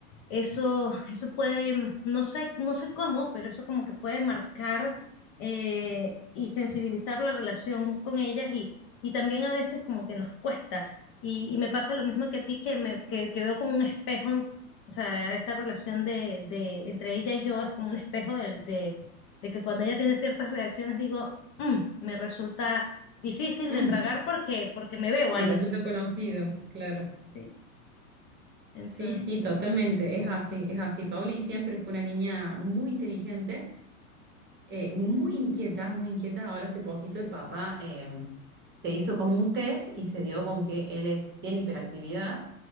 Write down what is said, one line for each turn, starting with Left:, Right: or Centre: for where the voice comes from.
Left: eso, eso puede, mm, no sé, no sé cómo, pero eso como que puede marcar eh, y sensibilizar la relación con ellas y, y también a veces como que nos cuesta. Y, y me pasa lo mismo que a ti, que, me, que, que veo como un espejo, o sea, esa relación de, de entre ella y yo es como un espejo de, de, de que cuando ella tiene ciertas reacciones digo, "Mm, me resulta difícil
Right: Mm,
Left: de tragar porque, porque me veo
Right: Me
Left: ahí.
Right: resulta conocido, claro.
Left: Sí, entonces,
Right: Sí, sí, totalmente. Es así, es así. Pauli siempre fue una niña muy inteligente. eh, muy inquieta, muy inquieta. Ahora hace poquito el papá eh, se hizo como un test y se dio con que él es, tiene hiperactividad.